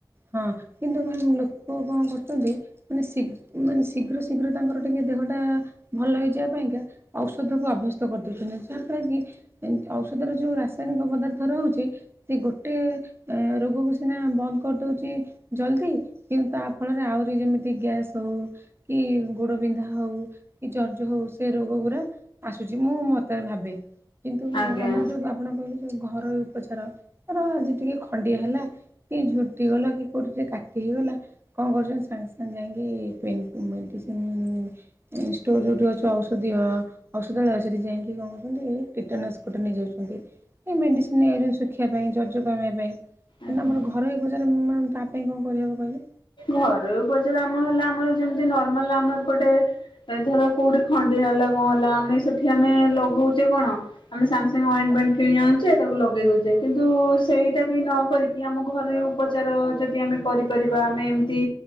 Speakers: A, on the right; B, on the left.
A: ହଁ କିନ୍ତୁ କ ଲୋକ କଣ କରୁଛନ୍ତି ମାନେ ମାନେ ଶୀଘ୍ର ଶୀଘ୍ର ତାଙ୍କର ଟିକେ ଦେହଟା ଭଲ ହେଇଯିବା ପାଇଁକା ଔଷଧ କୁ ଅଭ୍ୟସ୍ତ କରିଦଉଛନ୍ତି ଯାହା ଫଳା କି ଔଷଧ ର ଯୋଉ ରାସାୟନିକ ପଦାର୍ଥ ରହୁଛି ସେ ଗୋଟେ ଏ ରୋଗକୁ ସିନା ବନ୍ଦ କରିଦଉଛି ଜଲଦି କିନ୍ତୁ ତା ଫଳରେ ଆହୁରି ଯେମିତି ଗ୍ୟାସ୍ ହଉ କି ଗୋଡବନ୍ଧା ହଉ କି ଜର୍ଜ ହଉ ସେ ରୋଗ ଗୁରା ଆସୁଛି ମୁଁ ମତ ଭାବେ। କିନ୍ତୁ
B: ଆଜ୍ଞା
A: ଆମର ଯୋଉ ଆପଣ କହିଲେ ଯୋଉ ଘରୋଇ ଉପଚାର ତର ଆଜି ଟିକେ ଖଣ୍ଡିଆ ହେଲା କି ଝୁଟି ଗଲା କି କୋଉଠି ଟିକେ କାଟି ହେଇଗଲା କଣ କରୁଛନ୍ତି ସାଙ୍ଗେ ସାଙ୍ଗେ ଯାଇକି ପେନ୍ ମେଡିସିନ ଏ ଷ୍ଟୋର ଯୋଉଠି ଅଛି ଔଷଧିୟ ଔଷଧ ବେଳ ସେଠି ଯାଇକି କଣ କହୁଛନ୍ତି କୀଟନାଶକଟ ନେଇଯାଉଛନ୍ତି। ଏ ମେଡ଼ିସିନ ନେଇକି ଶୁଖିବା ପାଇଁ ଜର୍ଜ କମିବା ପାଇଁ
B: ଆଜ୍ଞା
A: ନା ଆମର ଘରୋଇ ଉପଚାର ତା ପାଇଁ କଣ କରିହେବ କହିଲେ।
B: ଘରୋଇ ଉପଚାର ଆମ ହେଲା ଆମର ଯେମତି ନର୍ମାଲ ଆମ ଏପଟେ ଏ ଧର କୋଉଠି ଖଣ୍ଡିଆ ହେଲା କଣ ହେଲା ଆମେ ସେଠି ଆମେ ଲଗଉଛେ କଣ? ଆମେ ସାଙ୍ଗେ ସାଙ୍ଗେ ଅଏଣ୍ଟେମେଣ୍ଟ କିଣି ଆଣୁଛେ ତାକୁ ଲଗେଇ ଦଉଛେ କିନ୍ତୁ ସେଇଟା ବି ନ କରିକି ଆମ ଘରୋଇ ଉପଚାର ଯଦି ଆମେ କରିପାରିବା ଆମେ ଏମିତି